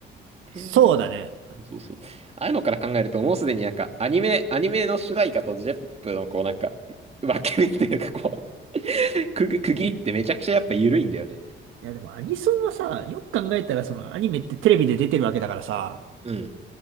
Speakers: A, on the right (about 85°); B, on the right (about 30°).
A: そうだね。
B: へえそうそう。ああいうのから考えると、もうすでになんか、アニメ、アニメの主題歌とジェップのこうなんか、分け目っていうかこう、<laughs> 区切区切りってめちゃくちゃやっぱ緩いんだよね。
A: いやでもアニソンはさ、よく考えたらそのアニメってテレビで出てるわけだからさ、
B: うん。